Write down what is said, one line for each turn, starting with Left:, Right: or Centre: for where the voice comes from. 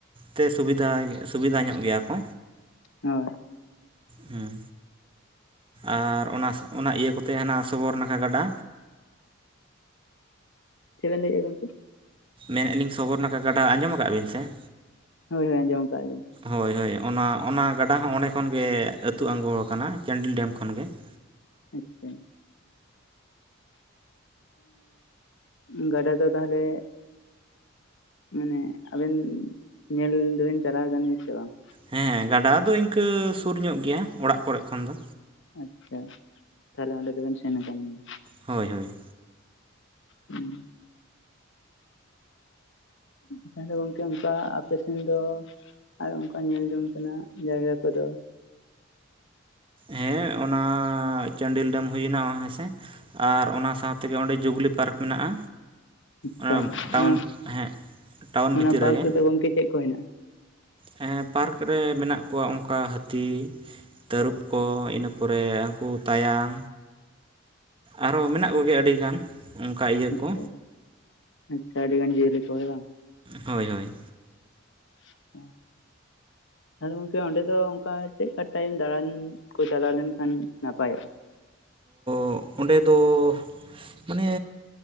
Right: ᱛᱮ ᱥᱩᱵᱤᱫᱷᱟ-ᱥᱩᱵᱤᱫᱷᱟ ᱧᱚᱜ ᱜᱮᱭᱟ ᱠᱚ᱾
Left: ᱦᱳᱭ᱾
Right: ᱦᱩᱸ᱾ ᱟᱨ ᱚᱱᱟ ᱚᱱᱟ ᱤᱭᱟᱹ ᱠᱚᱛᱮ ᱦᱟᱱᱟ ᱥᱚᱵᱚᱨ ᱱᱟᱠᱷᱟ ᱜᱟᱰᱟ
Left: ᱪᱮᱫ ᱵᱮᱱ ᱞᱟᱹᱭᱮᱜᱼᱟ ᱜᱚᱝᱠᱮ?
Right: ᱢᱮᱱᱮᱫ ᱟᱹᱞᱤᱧ ᱥᱚᱵᱚᱨ ᱱᱟᱠᱷᱟ ᱜᱟᱰᱟ ᱟᱸᱡᱚᱢ ᱠᱟᱜ-ᱟ ᱵᱤᱱ ᱥᱮ?
Left: ᱦᱳᱭ-ᱦᱳᱭ ᱟᱸᱡᱚᱢ ᱠᱟᱜᱼᱟ ᱞᱤᱧ᱾
Right: ᱦᱳᱭ-ᱦᱳᱭ, ᱚᱱᱟ-ᱚᱱᱟ ᱜᱟᱰᱟ ᱦᱚᱸ ᱚᱸᱰᱮ ᱠᱷᱚᱱᱜᱮ, ᱟᱹᱛᱩ ᱟᱲᱜᱚ ᱠᱟᱱᱟ, ᱪᱟᱱᱰᱤᱞ ᱰᱮᱢ ᱠᱷᱚᱱᱜᱮ᱾ <inaudible>
Left: ᱟᱪᱪᱷᱟ᱾ ᱚᱱᱟ ᱜᱟᱰᱟ ᱫᱚ ᱛᱟᱦᱚᱞᱮ ᱢᱟᱱᱮ ᱟᱵᱮᱱ ᱧᱮᱞ ᱫᱚᱵᱮᱱ ᱪᱟᱞᱟᱣ ᱠᱟᱱ ᱜᱮᱭᱟ ᱥᱮ ᱵᱟᱝ?
Right: ᱦᱮᱸ ᱜᱟᱰᱟ ᱫᱚ ᱤᱱᱠᱟᱹ ᱥᱩᱨ ᱧᱚᱜ ᱜᱮᱭᱟ ᱚᱲᱟᱜ ᱠᱚᱨᱮᱜ ᱠᱷᱚᱱ ᱫᱚ᱾
Left: ᱟᱪᱪᱷᱟ, ᱛᱟᱦᱚᱞᱮ ᱚᱸᱰᱮ ᱫᱚᱵᱮᱱ ᱥᱮᱱ ᱠᱟᱱ ᱜᱮᱭᱟ᱾
Right: ᱦᱳᱭᱻ ᱦᱳᱭᱻ᱾
Left: ᱦᱩᱸ᱾ ᱛᱟᱦᱚᱞᱮ ᱜᱚᱝᱠᱮ ᱚᱱᱠᱟ ᱟᱯᱮ ᱥᱮᱱ ᱫᱚ ᱟᱨ ᱚᱱᱠᱟ ᱧᱮᱞ ᱡᱚᱝ ᱛᱮᱱᱟᱜ ᱡᱟᱭᱜᱟ ᱠᱚᱫᱚ?
Right: ᱦᱮᱸ ᱚᱱᱟ ᱪᱟᱱᱰᱤᱞ ᱰᱮᱢ ᱦᱩᱭᱮᱱᱟ ᱦᱮᱸᱥᱮ ᱟᱨ ᱚᱱᱟ ᱥᱟᱶ ᱛᱮᱜᱮ ᱚᱸᱰᱮ ᱡᱩᱵᱽᱞᱤ ᱯᱟᱨᱠ ᱢᱮᱱᱟᱜᱼᱟ᱾
Left: ᱟᱪᱪᱷᱟ
Right: ᱚᱱᱟ ᱴᱟᱣᱩᱱ
Left: ᱚᱱᱟ
Right: ᱦᱮᱸ ᱴᱟᱣᱩᱱ
Left: ᱚᱱᱟ
Right: ᱵᱷᱤᱛᱤᱨ
Left: ᱯᱟᱨᱠ
Right: ᱨᱮᱜᱮ᱾
Left: ᱨᱮᱫᱚ ᱜᱚᱝᱠᱮ ᱪᱮᱫ ᱠᱚ ᱦᱮᱱᱟᱜᱼᱟ?
Right: ᱦᱮ ᱯᱟᱨᱠ ᱨᱮ ᱢᱮᱱᱟᱜ ᱠᱚᱣᱟ, ᱚᱱᱠᱟ ᱦᱟᱹᱛᱤ ᱛᱟᱹᱨᱩᱵ᱾ ᱠᱚ ᱤᱱᱟᱹ ᱯᱚᱨᱮ ᱩᱱᱠᱩ ᱛᱟᱭᱟᱱ ᱟᱨᱚ ᱢᱮᱱᱟᱜ ᱠᱚᱜᱮᱭᱟ ᱟᱹᱰᱤᱜᱟᱱ᱾ ᱚᱱᱠᱟ ᱤᱭᱟᱹ
Left: ᱟᱪᱪᱷᱟ-ᱟᱪᱪᱷᱟ
Right: ᱠᱚ
Left: ᱟᱹᱰᱤ ᱜᱟᱱ ᱡᱤᱭᱟᱹᱞᱤ ᱠᱚ ᱦᱳᱭ ᱵᱟᱝ?
Right: ᱦᱳᱭᱻ ᱦᱳᱭᱻ᱾
Left: ᱟᱪᱷᱟ <unintelligible> ᱛᱟᱦᱚᱞᱮ ᱜᱚᱢᱠᱮ ᱚᱸᱰᱮ ᱫᱚ ᱚᱱᱠᱟ, ᱪᱮᱫᱠᱟ ᱴᱟᱭᱤᱢ ᱫᱟᱬᱟᱱ ᱠᱚ, ᱪᱟᱞᱟᱣ ᱞᱮᱱᱠᱷᱟᱱ ᱱᱟᱯᱟᱭᱚᱜᱼᱟ?
Right: ᱛᱚ ᱚᱸᱰᱮ ᱫᱚ ᱢᱟᱱᱮ